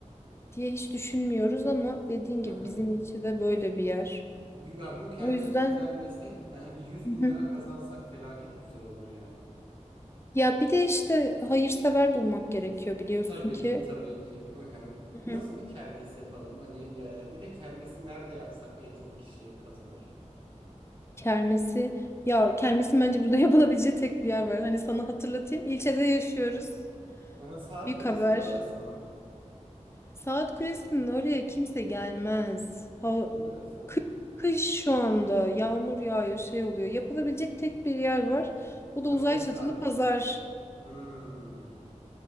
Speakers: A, on the left (about 20°); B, on the right (about 40°).
A: diye hiç düşünmüyoruz ama dediğin
B: Hı
A: gibi
B: hı.
A: bizim için de böyle bir yer.
B: Ya bu kermesi
A: O yüzden
B: düzenlesek, hı hı, bir yüz
A: Hı
B: bin
A: hı.
B: lira kazansak felaket güzel olur yani.
A: ya bir de işte hayırsever bulmak gerekiyor biliyorsun
B: Tabii
A: ki.
B: ki, tabii ki. Hı hı.
A: Hı hı.
B: Nasıl bir kermes yapalım? Hani e, bir de kermesi nerede yapsak en çok kişi katılır?
A: Kermesi ya kermesin bence burada <laughs> yapılabileceği tek bir yer var. Hani sana hatırlatayım. İlçede yaşıyoruz.
B: Hı hı, Saat
A: Büyük
B: Kulesi'nin
A: haber.
B: orası mı?
A: Saat Kulesi'nin oraya kimse gelmez. Hava,
B: Neresi olsun?
A: kı- kış şu anda yağmur yağıyor şey oluyor. Yapılabilecek tek bir yer var. O
B: Kapalı
A: da uzay
B: stadyum.
A: çatılı pazar.
B: Hmm.